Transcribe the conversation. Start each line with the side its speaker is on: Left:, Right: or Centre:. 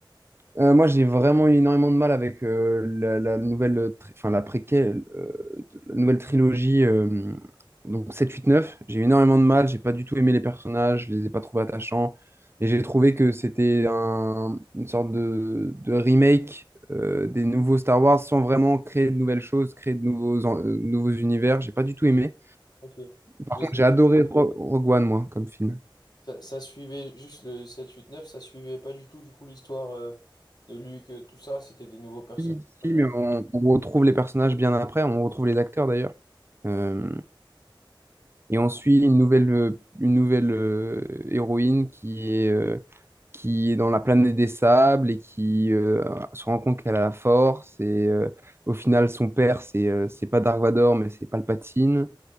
Right: Euh, moi, j'ai vraiment eu énormément de mal avec euh, la, la nouvelle, euh, tri- enfin, la préquelle, euh, de- la nouvelle trilogie, euh, donc 7, 8, 9. J'ai eu énormément de mal, j'ai pas du tout aimé les personnages, je les ai pas trouvés attachants. Et j'ai trouvé que c'était un- une sorte de, de remake euh, des nouveaux Star Wars sans vraiment créer de nouvelles choses, créer de nouveaux, en- euh, nouveaux univers. J'ai pas du tout aimé.
Left: Ok,
Right: Par
Left: je les
Right: contre,
Left: ai
Right: j'ai
Left: pas...
Right: adoré Ro- Rogue One, moi, comme film.
Left: Ça, ça suivait juste le sept huit neuf ça suivait pas du tout, du coup, l'histoire euh, de Luke, euh, tout ça, c'était des nouveaux personnages.
Right: Si, si,
Left: euh,
Right: mais on, on retrouve les personnages bien après, on retrouve les acteurs d'ailleurs. Euh, Et on suit une nouvelle, euh, une nouvelle euh, héroïne qui est, euh, qui est dans la planète des sables et qui euh, se rend compte qu'elle a la force. Et euh, au final, son père, c'est euh, c'est pas Dark Vador, mais c'est Palpatine.